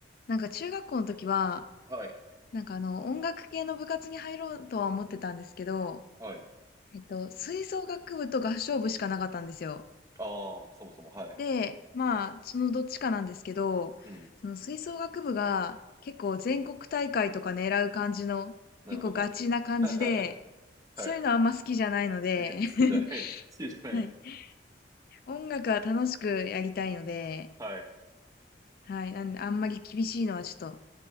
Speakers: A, on the left; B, on the right.
A: なんか中学校の時は、
B: はい。
A: なんかあの、音楽系の部活に入ろうとは思ってたんですけど、
B: はい。
A: えっと、吹奏楽部と合唱部しかなかったんですよ。
B: ああ、そもそも、はい。
A: で、まあ、そのどっちかなんですけど、
B: うん。
A: その吹奏楽部が結構全国大会とか狙う感じの、
B: なるほど。
A: 結構ガチな感じで、
B: <laughs> はい。
A: そういうのあんま好きじゃないので、
B: が好きじゃない。
A: <laughs>
B: 好きじゃない。
A: はい。音楽は楽しくやりたいので、
B: はい。
A: はい。なんで、あんまり厳しいのはちょっと